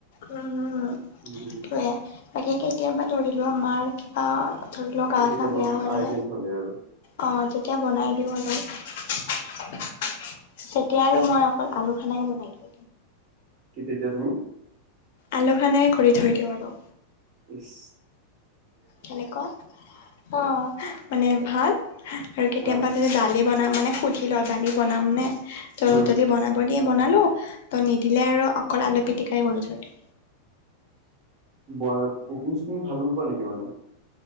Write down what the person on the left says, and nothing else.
উম উম সেইটোয়ে
বাকী কেতিয়াবা ধৰিলো মাৰ কিবা ধৰিলোৱা
গা
চা বেয়া হলে
অ তেতিয়া বনাই দিওঁ আৰু তেতিয়া আৰু মই অকল আলু খানাই বনাই দিওঁ
আলু খানাই কৰি থৈ দিওঁ আৰু
কেনেকোৱা অ মানে ভাত আৰু কেতিয়াবা
যদি দালি বনাম মানে সুধি লওঁ দালি বনামনে ত'
যদি বনাব দিয়ে বনালোঁ তো নিদিলে আৰু অকল আলু পিটিকাই কৰি থৈ দিও